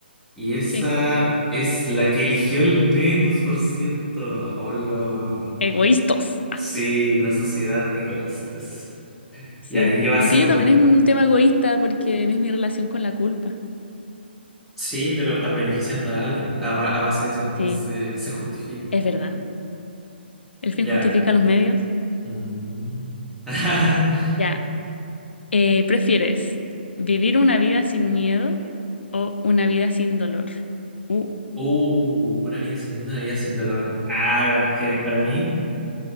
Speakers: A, in the centre; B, on the left.
A: Y esa
B: Sí,
A: es la que eligió el menos por ciento. Hola.
B: egoístos. Ah,
A: Sí, una sociedad de egoístas.
B: sí,
A: Y ahí llevas
B: aunque
A: uno.
B: yo también es un tema egoísta porque es mi relación con la culpa.
A: Sí, pero estás beneficiando a alguien a, ba- a base de eso, entonces
B: Sí,
A: se justifica.
B: es verdad. El fin
A: Ya.
B: justifica los medios.
A: Mm. <laughs>
B: Ya, eh, ¿prefieres vivir una vida sin miedo o una vida sin dolor? Uh.
A: Uh, una vida sin miedo, una vida sin dolor. A ver, que para mí